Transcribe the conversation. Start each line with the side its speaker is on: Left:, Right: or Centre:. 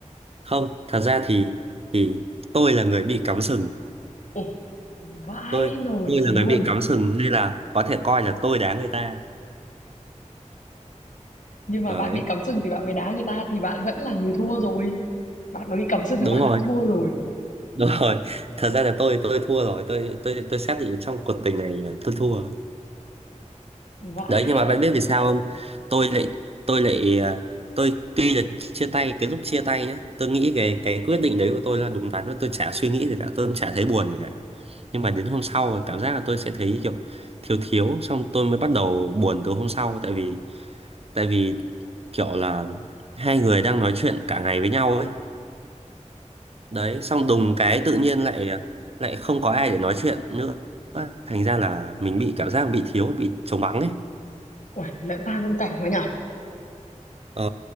Right: không thật ra thì thì tôi là người bị cắm sừng
Left: Ôi, vãi
Right: tôi
Left: nồi
Right: tôi
Left: thật
Right: là
Left: luôn.
Right: người bị cắm sừng nên là có thể coi là tôi đá người ta
Left: Nhưng mà
Right: đấy
Left: bạn bị cắm sừng thì bạn mới đá người ta thì bạn vẫn là người thua rồi. Bạn mà bị cắm sừng
Right: đúng
Left: là bạn
Right: rồi
Left: đã thua rồi.
Right: <laughs> đúng rồi thật ra là tôi tôi thua rồi tôi tôi tôi xác định trong cuộc tình này là tôi thua
Left: Vãi.
Right: đấy nhưng mà bạn biết vì sao không tôi lại tôi lại à, tôi tuy là chia tay cái lúc chia tay nhá tôi nghĩ về cái quyết định đấy của tôi là đúng đắn và tôi chả suy nghĩ gì cả tôi cũng chả thấy buồn gì cả nhưng mà đến hôm sau là cảm giác là tôi sẽ thấy kiểu thiếu thiếu xong tôi mới bắt đầu buồn từ hôm sau tại vì tại vì kiểu là hai người đang nói chuyện cả ngày với nhau ấy đấy xong đùng cái tự nhiên lại à, lại không có ai để nói chuyện nữa thành ra là mình bị cảm giác bị thiếu bị trống vắng ấy
Left: Uầy, lại ba con cảnh quá nhở?
Right: ờ